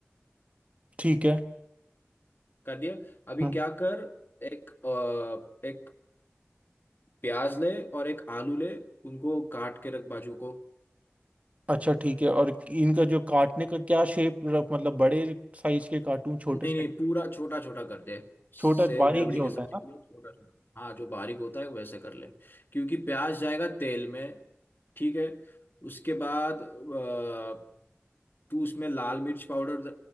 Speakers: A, on the right; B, on the left.
A: ठीक है
B: कर दिया अभी
A: हम्म,
B: क्या कर एक अ, एक प्याज ले और एक आलू ले उनको काट के रख बाजू को
A: अच्छा ठीक है और इनका जो काटने का क्या शेप मतलब बड़े साइज के काटूं छोटे
B: नहीं
A: साइज
B: नहीं पूरा छोटा छोटा कर दे सेव
A: छोटा बारीक
B: रेवड़ी
A: जो
B: के
A: होता
B: सब्जी
A: है ना
B: के लिए छोटा छोटा हाँ जो बारीक होता है वैसे कर ले क्योंकि प्याज जाएगा तेल में ठीक है उसके बाद अ, तू उसमें लाल मिर्च पाउडर